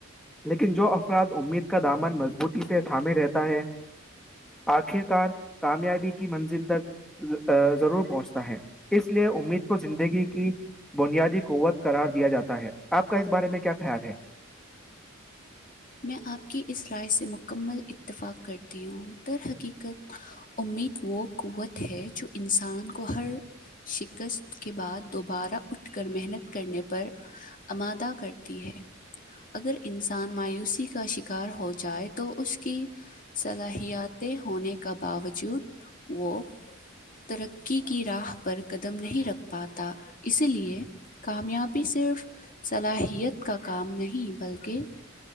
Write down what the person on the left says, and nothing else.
میں آپ کی اس رائے سے مکمل اتفاق کرتی ہوں درحقیقت امید وہ قوت ہے جو انسان کو ہر شکست کے بعد دوبارہ اٹھ کر محنت کرنے پر امادہ کرتی ہے اگر انسان مایوسی کا کا شکار ہو جائے تو اس کے کی صلاحیتیں ہونے کا باوجود وہ ترقی کی راہ پر قدم نہیں رکھ پاتا اسی لیے کامیابی صرف صلاحیت کا کام نہیں بلکہ